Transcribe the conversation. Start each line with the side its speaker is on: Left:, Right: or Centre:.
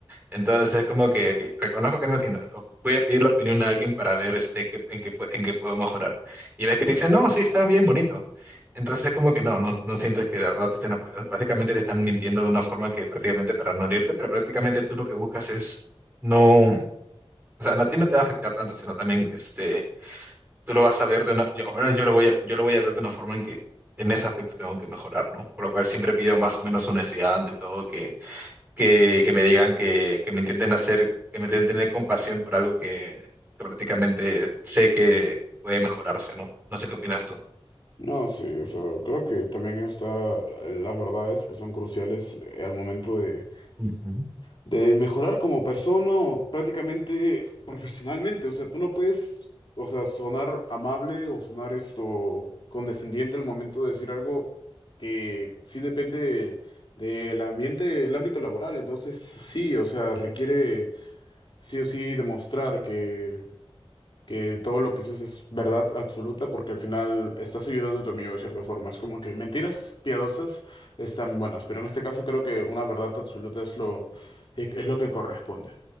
Right: entonces es como que, ok, reconozco que no entiendo. o Voy a pedir la opinión a alguien para ver este, qué- en qué, pu- en qué puedo mejorar. Y ves que te dicen, no, sí, está bien bonito. Entonces es como que no, no, no sientes que de verdad te estén apoyando. Básicamente te están mintiendo de una forma que prácticamente para no herirte, pero prácticamente tú lo que buscas es no, o sea, a ti no te va a afectar tanto, sino también este, tú lo vas a ver de una, yo, bueno, yo lo voy a, yo lo voy a ver de una forma en que en ese aspecto tengo que mejorar, ¿no? Por lo cual siempre pido más o menos honestidad ante todo que, que me digan que, que me intenten hacer, que me intenten tener compasión por algo que, que prácticamente sé que puede mejorarse, ¿no? No sé qué opinas tú.
Left: No, sí, o sea, creo que también está eh, las verdades que son cruciales eh, al momento de
Right: Ujú.
Left: de mejorar como persona o prácticamente profesionalmente. O sea, tú no puedes, o sea, sonar amable o sonar esto condescendiente al momento de decir algo que sí depende del ambiente, el ámbito laboral. Entonces, sí, o sea, requiere sí o sí demostrar que que todo lo que dices es verdad absoluta porque al final estás ayudando a tu amigo de cierta forma. Es como que mentiras piadosas están buenas, pero en este caso creo que una verdad absoluta es lo, es es lo que corresponde.